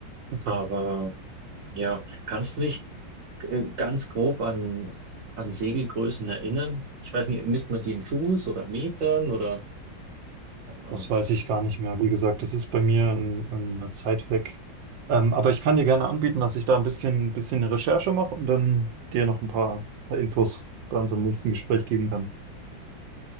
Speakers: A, on the right; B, on the right.
A: Okay.
B: Aber ja, kannst du dich äh, ganz grob an, an Segelgrößen erinnern? Ich weiß nicht, misst man die in Fuß oder Metern oder keine Ahnung.
A: Das weiß ich gar nicht mehr. Wie gesagt, das ist bei mir in, in einer Zeit weg. Ähm, aber ich kann dir gerne anbieten, dass ich da ein bisschen, bisschen eine Recherche mache und dann dir noch ein paar Infos bei unserem nächsten Gespräch geben kann.